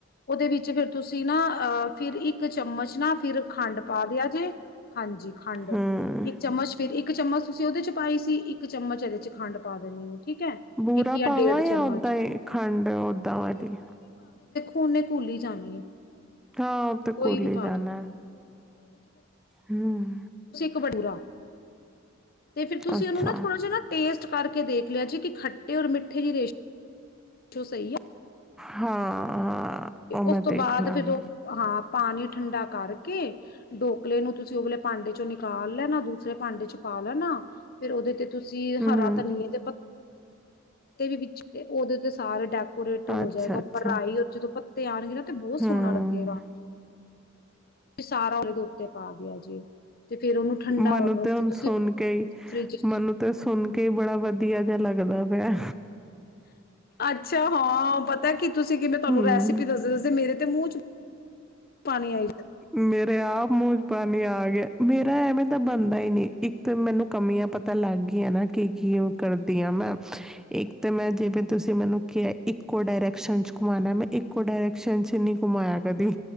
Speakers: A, on the left; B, in the centre.
A: ਉਹਦੇ ਵਿੱਚ ਫਿਰ ਤੁਸੀਂ ਨਾ ਅਹ ਫਿਰ ਇੱਕ ਚਮਚ ਨਾ ਫਿਰ ਖੰਡ ਪਾ ਦਿਆ ਜੇ ਹਾਂਜੀ ਖੰਡ,
B: ਹੂੰ
A: ਇੱਕ ਚਮਚ ਫਿਰ ਇੱਕ ਇੱਕ ਚਮਚ ਤੁਸੀਂ ਉਹਦੇ ਚ ਪਾਈ ਸੀ। ਇੱਕ ਚਮਚ ਇਹਦੇ ਚ ਖੰਡ ਪਾ ਦੇਣੀ ਹੈ ਠੀਕ ਹੈ
B: ਬੂਰਾ
A: ਇੱਕ
B: ਪਾਵਾਂ
A: ਡੇਢ
B: ਜਾਂ
A: ਚਮਚ
B: ਓਦਾਂ ਹੀ ਖੰਡ ਓਦਾਂ ਵਾਂ ਦੀ
A: ਔਨੇ ਕੋਲੀ ਹੀ ਜਾਣੀ ਹੈ।
B: ਹਾਂ ਉਹ ਤੇ
A: ਕੋਈ
B: ਘੁਲੀ
A: ਵੀ ਪਾ
B: ਈ ਜਾਣਾ,
A: ਦੋ
B: ਹਮ
A: ਤੂੰ ਬਡੂਰਾ ਤੇ ਫੇਰ ਤੁਸੀਂ
B: ਅੱਛਾ
A: ਉਹਨੂੰ ਨਾ ਥੋੜਾ ਜਿਹਾ ਨਾ ਟੇਸਟ ਕਰਕੇ ਦੇਖ ਲਿਆ ਜੀ ਕਿ ਖੱਟੇ ਔਰ ਮਿੱਠੇ ਜੇ ਜੋ ਸਹੀ ਹੈ।
B: ਹਾਂ ਹਾਂ ਉਹ ਮੈਂ
A: ਉਸ ਤੋਂ
B: ਦੇਖਲਾਂਗੀ।
A: ਬਾਅਦ ਫਿਰ ਉਹ ਹਾਂ ਪਾਣੀ ਠੰਡਾ ਕਰਕੇ ਡੋਕਲੇ ਨੂੰ ਤੁਸੀਂ ਉਵਲੇ ਭਾਂਡੇ ਚੋਂ ਨਿਕਾਲ ਲੈਣਾ ਦੂਸਰੇ ਪਰ ਭਾਂਡੇ ਚ ਪਾ ਲੈ ਨਾ, ਫੇਰ ਉਹਦੇ ਤੇ ਤੁਸੀਂ
B: ਹੂੰ
A: ਹਰਾ ਧਨੀਏ ਦੇ ਪਤ ਵੀ ਵਿੱਚ, ਤੇ ਉਹਦੇ ਉਤੇ ਸਾਰੇ ਟੈਪ ਕਰੇਕ੍ਟ ਹੋ
B: ਅੱਛਾ,
A: ਜਾਏਗਾ,
B: ਅੱਛਾ
A: ਉਪਰ ਰਾਹੀ ਜਦੋਂ ਪੱਤੇ ਆਣਗੇ ਨਾ ਤੇ ਬਹੁਤ
B: ਹੂੰ
A: ਸੋਹਣਾ ਲੱਗੇਗਾ ਸਾਰਾ ਉਹਦੇ ਦੇ ਉੱਤੇ ਪਾ ਦਿਆ ਜੇ। ਤੇ ਫੇਰ ਉਹਨੂੰ ਠੰਡਾ
B: ਮੈਨੂੰ
A: ਹੋਣ ਵਾਸਤੇ
B: ਤੇ ਹੁਣ
A: ਤੁਸੀਂ
B: ਸੁਣ ਕੇਈ
A: ਫਰਿਜ ਚ
B: ਮੈਨੂੰ ਤੇ ਸੁਣ ਕੇ ਹੀ ਬੜਾ ਵਧੀਆ ਜਾ ਲੱਗਦਾ ਪਿਆ ਐ
A: ਅੱਛਾ। ਹਾਂ, ਪਤਾ ਕੀ ਤੁਸੀਂ ਕਿ ਮੈਂ ਤੁਹਾਨੂੰ
B: ਹੂੰ
A: ਰੈਸਪੀ ਦੱਸਦੇ ਦੱਸਦੇ ਮੇਰੇ ਤੇ ਮੂੰਹ ਚ ਪਾਣੀ ਆਈ
B: ਮੇਰੇ ਆਪ ਮੂੰਹ ਚ ਪਾਣੀ ਆ ਗਿਆ, ਮੇਰਾ ਐਵੇਂ ਤਾਂ ਬਣਦਾ ਹੀ ਨਹੀਂ, ਇੱਕ ਤਾਂ ਮੈਨੂੰ ਕਮੀਆਂ ਪਤਾ ਲੱਗ ਗਈਆਂ ਨਾ ਕੀ ਕੀ ਔ ਕਰਦੀ ਆ, ਮੈਂ ਇੱਕ ਤਾਂ ਮੈਂ ਜਿਵੇਂ ਤੁਸੀਂ ਮੈਨੂੰ ਕਿਹਾ ਇੱਕੋ ਡਾਇਰੈਕਸ਼ਨ ਚ ਘੁਮਾਉਣਾ ਮੈਂ ਇੱਕੋ ਡਾਇਰੈਕਸ਼ਨ ਚ ਨੀ ਘੂਮਾਇਆ ਕਦੀ।